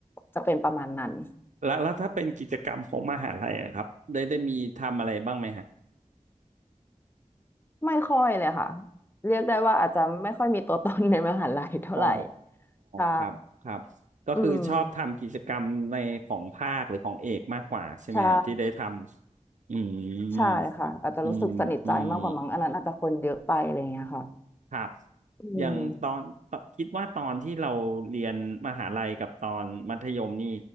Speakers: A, on the left; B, on the right.
A: จะเป็นประมาณนั้น
B: แล้วแล้วถ้าเป็นกิจกรรมของมหาลัยอะครับได้ได้มีทำอะไรบ้างไหมฮะ
A: ไม่ค่อยเลยค่ะเรียกได้ว่าอาจจะไม่ค่อยมีตัวตนในมหาลัยเท่าไหร่
B: อ๋อ
A: ใช่
B: ครับครับก็คือชอบทำกิจกรรมในของภาคหรือของเอกมากกว่าใช่ไหมฮะที่ได้ทำอืม
A: อืมใช่ ใช่ค่ะอาจจะรู้สึกสนิทใจมากกว่ามั้งอันนั้นอาจจะคนเยอะไปอะไรอย่างเงี้ยค่ะ
B: อืมอืมครับ
A: อืม
B: อย่างตอนตอนคิดว่าตอนที่เราเรียนมหาลัยกับตอนมัธยมนี่